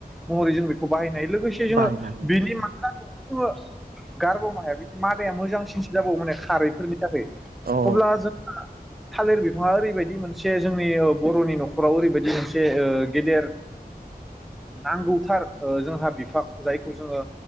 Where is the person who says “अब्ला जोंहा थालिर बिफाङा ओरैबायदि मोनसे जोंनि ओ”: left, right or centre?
Centre